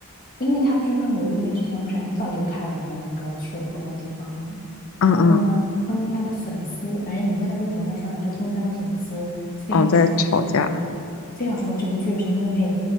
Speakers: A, on the left; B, on the left.
A: 因为他不是跟刘亦菲之前不是很早就拍完了那个去有风的地方吗？然后呢，
B: 嗯嗯，
A: 他们家的粉丝，反正你会在微博上刷到，就他们家的粉丝非要说，
B: 哦，在吵架，
A: 就是说他非要说这部剧是因为